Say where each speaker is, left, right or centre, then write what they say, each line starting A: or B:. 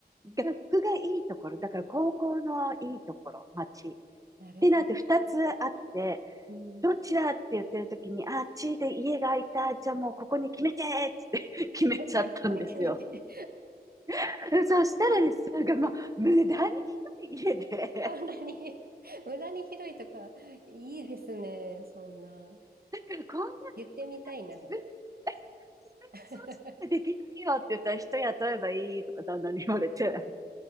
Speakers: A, on the right; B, on the right.
A: 学区がいいところ、だから高校のいいところ、町。
B: なるほど。
A: ってなって二つあって、
B: うん、
A: どっちだって言ってる時に、あっちで家が空いた。じゃあもうここに決めてーっつって <laughs> 決めちゃったんですよ。
B: <laughs> これ決めて。
A: <laughs> そしたらですね、
B: <laughs> ん
A: なんかもう無駄に広い家で、
B: そんなに <laughs> 無駄に広いとか、いいですね、そんな。
A: だからこんな、こんな
B: 言ってみたいな。
A: 自分、自分にそうしたらできないよって言ったら人雇えばいいとか旦那に言われて、
B: <laughs>